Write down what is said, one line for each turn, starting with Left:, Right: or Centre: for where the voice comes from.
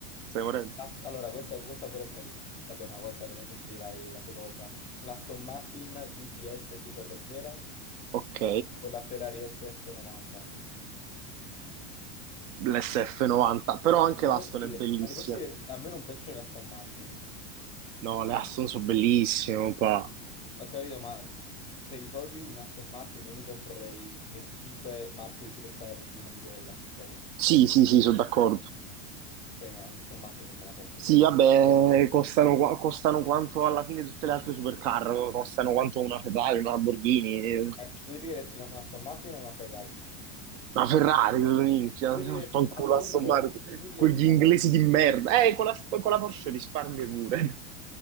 Right: Stai morendo.
Left: Ast- Allora, questa, questa pure è carina. Vabbè, ma questa ovviamente sceglierai la seconda. L'Aston Martin DBS superleggera
Right: Ok,
Left: o la Ferrari SF90?
Right: l'SF90, però anche
Left: Ti
Right: l'Aston
Left: posso dire,
Right: è bellissima.
Left: ma ti posso dire, a me non piacciono le Aston Martin.
Right: No, le Aston sono bellissime, qua.
Left: Ho capito, ma per i soldi di una Aston Martin io mi comprerei 25 marche di supercar prima di quella, capì?
Right: Sì, sì, sì, sono d'accordo.
Left: Cioè, una Aston Martin non me la comprerei.
Right: Sì,
Left: mai.
Right: vabbè, costano, qua- costano quanto alla fine tutte le altre supercar, costano quanto una Ferrari, una Lamborghini.
Left: Eh, tu devi dirti una, una Aston Martin o una Ferrari?
Right: La Ferrari, minchia,
Left: Diresti,
Right: fanculo
Left: ma pure
Right: Aston
Left: una Porsche,
Right: Martin,
Left: mi piglierei
Right: quegli
Left: pure
Right: inglesi
Left: una Porsche da
Right: di
Left: Aston
Right: merda.
Left: Martin.
Right: Eh, con la, con la Porsche risparmi pure.